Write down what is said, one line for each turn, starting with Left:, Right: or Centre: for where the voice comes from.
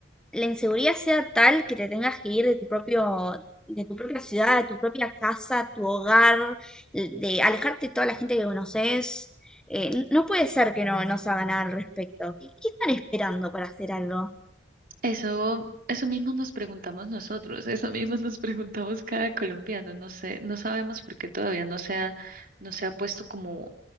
Centre: la inseguridad sea tal que te tengas que ir de tu propio, de tu propia ciudad, de tu propia casa, tu hogar, l- de alejarte de toda la gente que conoces. Eh, n- no puede ser que no, no se haga nada al respecto. ¿Qué, qué están esperando para hacer algo?
Right: Eso, eso mismo nos preguntamos nosotros, eso mismo nos preguntamos cada colombiano, no sé, no sabemos por qué todavía no se ha, no se ha puesto como,